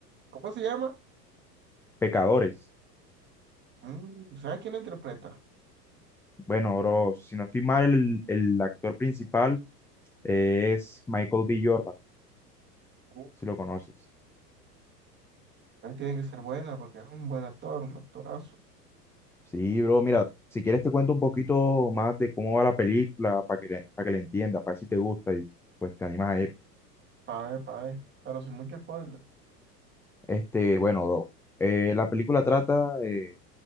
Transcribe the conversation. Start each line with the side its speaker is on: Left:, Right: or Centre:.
Right: ¿Cómo se llama?
Centre: Pecadores.
Right: Mm, ¿sabes quién lo interpreta?
Centre: Bueno, bro, si no estoy mal, el, el actor principal es Michael B. Jordan,
Right: Uh,
Centre: si lo conoces.
Right: él tiene que ser buena porque es un buen actor, un actorazo.
Centre: Sí, bro, mira, si quieres te cuento un poquito más de cómo va la película para que, para que la entiendas, para ver si te gusta y pues te animas a ir.
Right: Pa' ver, pa' ver, pero sin mucho spoiler.
Centre: Este, bueno, bro, eh, la película trata eh,